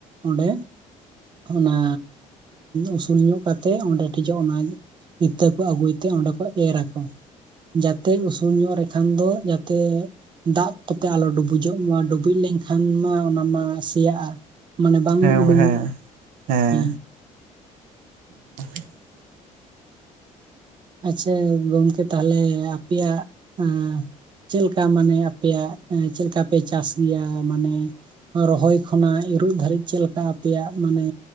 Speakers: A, on the right; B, on the right.
A: ᱚᱸᱰᱮ ᱚᱱᱟ ᱩᱥᱩᱞ ᱧᱚᱜ ᱠᱟᱛᱮᱜ ᱚᱸᱰᱮ ᱴᱷᱮᱡᱚᱜ ᱚᱱᱟ ᱤᱛᱟᱹ ᱠᱚ ᱟᱹᱜᱩᱭ ᱛᱮ ᱚᱸᱰᱮ ᱠᱚ ᱮᱨᱟ ᱠᱚ ᱾ ᱡᱟᱛᱮ ᱩᱥᱩᱞ ᱧᱚᱜ ᱨᱮ ᱠᱷᱟᱱ ᱫᱚ ᱡᱟᱛᱮ ᱫᱟᱜ ᱠᱟᱛᱮᱜ ᱟᱞᱚ ᱰᱩᱵᱩᱡᱚᱜ ᱢᱟ, ᱰᱩᱵᱩᱡ ᱞᱮᱱᱠᱷᱟᱱ ᱢᱟ ᱚᱱᱟ ᱢᱟ ᱥᱮᱭᱟᱜᱼᱟ᱾ ᱢᱟᱱᱮ ᱵᱟᱝ
B: ᱦᱩᱸ
A: ᱩᱰᱩᱝᱚᱜ
B: ᱦᱮᱸ ᱦᱮᱸ ᱦᱮᱸ
A: ᱦᱩᱸ
B: <unintelligible>
A: ᱟᱪᱪᱷᱟ ᱜᱚᱝᱠᱮ ᱛᱟᱦᱚᱞᱮ ᱟᱯᱮᱭᱟᱜ ᱮᱸ ᱪᱮᱫ ᱞᱮᱠᱟ ᱢᱟᱱᱮ ᱟᱯᱮᱭᱟᱜ ᱪᱮᱫ ᱞᱮᱠᱟ ᱯᱮ ᱪᱟᱥ ᱜᱮᱭᱟ? ᱢᱟᱱᱮ ᱨᱚᱦᱚᱭ ᱠᱷᱚᱱᱟᱜ ᱤᱨᱚᱜ ᱫᱷᱟᱹᱨᱤᱡ ᱪᱮᱫ ᱞᱮᱠᱟ ᱟᱯᱮᱭᱟᱜ ᱢᱟᱱᱮ